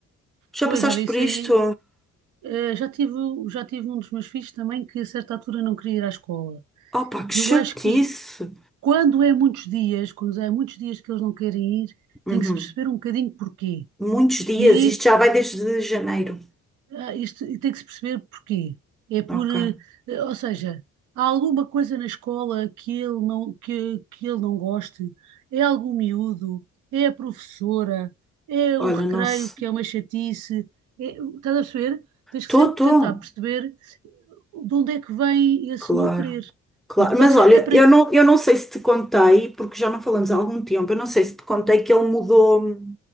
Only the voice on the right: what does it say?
Pois,
olha, isso
aí. eh, já tive, já tive um dos meus filhos também que a certa altura não queria ir à escola.
Eu
acho que quando é muitos dias, quando é muitos dias que eles não querem ir,
tem que se perceber um bocadinho porquê.
E aí.
Ah, Isto tem que se perceber porquê. É por,
eh, eh, ou seja, há alguma coisa na escola que ele não, que, que ele não goste? É algum miúdo? É a professora? É
o recreio
que é uma chatice? É, estás a perceber? Tens que
sempre
tentar perceber de onde é que vem esse
não querer.
Porque pode
ser,
é para...